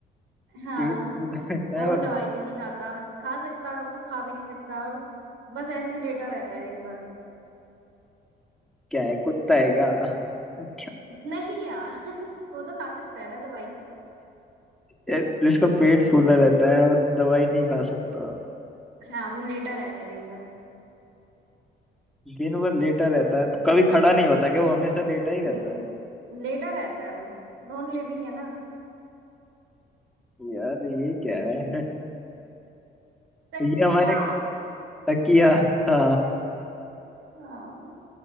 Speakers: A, on the right; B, in the centre.
A: हाँ
B: पेट फूला रहता
A: और
B: है
A: वो
B: और
A: दवाई भी नहीं खाता खा सकता वो खा भी नहीं सकता और बस ऐसे ही लेटा रहता है दिन भर
B: क्या है कुत्ता है क्या <laughs> क्या
A: नहीं यार <laughs> वो तो खा सकता है ना दवाई
B: यार जिसका पेट फूला रहता है वो दवाई नहीं खा सकता
A: हाँ वो लेटा रहता है दिन भर
B: दिन भर लेटा रहता है तो कभी खड़ा नहीं होता क्या वो हमेशा लेटा ही रहता
A: हम्म,
B: है
A: लेटा रहता है वो नॉन लिविंग है ना
B: यार ये क्या है <laughs>
A: तकिया
B: ये हमारे तकिया था
A: हाँ